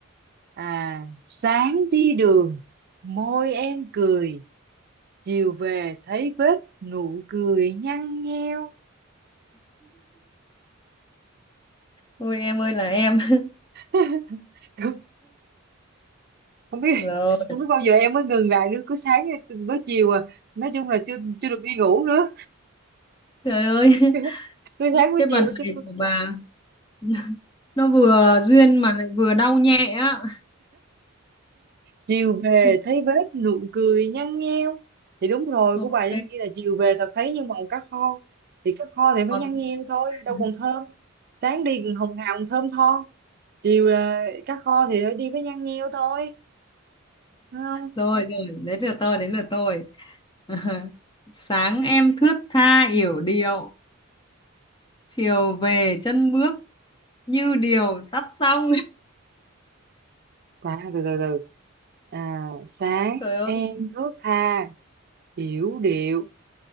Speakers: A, on the right; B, on the left.
A: à sáng đi đường môi em cười chiều về thấy vết nụ cười nhăn nheo
B: Ôi em ơi là em. <laughs>
A: <laughs> không không biết
B: Rồi,
A: không biết bao giờ em mới ngừng lại nữa cứ sáng với chiều à nói chung là chưa chưa được đi ngủ nữa
B: trời ơi, <laughs>
A: <laughs> cứ sáng với
B: cái
A: chiều
B: vần này
A: chứ
B: của bà <laughs> nó vừa duyên mà lại vừa đau nhẹ á.
A: chiều về
B: <laughs>
A: thấy vết nụ cười nhăn nheo thì đúng rồi
B: Ok.
A: của bà trên kia là chiều về thật thấy như màu cá kho thì cá kho thì
B: Còn
A: phải nhăn nheo thôi
B: <laughs>
A: đâu còn thơm sáng đi còn hồng hào còn thơm tho chiều là cá kho thì phải đi với nhăn nheo thôi Đúng không
B: rồi rồi đến lượt tôi đến lượt tôi <laughs> sáng em thướt tha yểu điệu chiều về chân bước như điều sắp xong <laughs>
A: bà từ từ từ à, sáng
B: trời ơi
A: em thước tha hiểu điệu